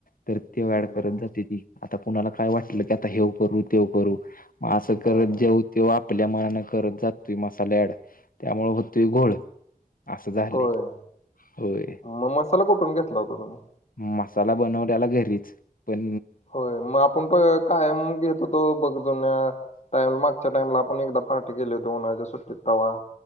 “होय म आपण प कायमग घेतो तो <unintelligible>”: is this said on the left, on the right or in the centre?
Left